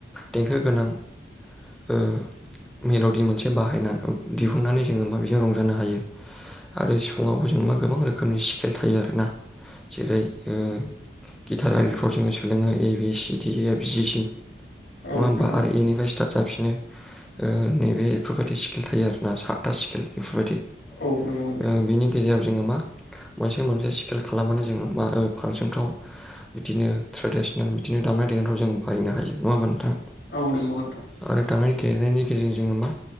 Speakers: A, in the centre; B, on the left.
A: देंखो गोनां ओ मेल'डि मोनसे बाहायनानै दिहुनन्नानै जोङो माबजों रंजानो हायो आरो सिफुं फुङावबो जों मा गोबां रोखोमनि स्केल थायो आर ना जेरै ओम गिटार आरिफ्राव जोङो सोलोङो ए बि सि ड ए बि जि सिम
B: औ
A: नङा होमबा
B: नंगौ नोंथां
A: आरो एनिफ्राय स्टार्ट जाफिनो ओ नैबे बेफोरबायदि स्किल थायो आरोना सातथा स्किल बेफोरबायदि ओ
B: औ नंगौ नोंथां
A: बिनि जेराव जोङो मा मोनसे मोनसे स्केल खालामनानै जेराव जोङो मा मोनसे मोनसे स्खिल फांसनफ बिदिनो ट्रेडिसनेल बिदिनो दामनाय देनायफ्राव जोंो बायनो हायो, नङा होमबा नोंथां?
B: औ नंगौ नोंथां
A: आरो दामनाय देनायनि गेजेर जोङो मा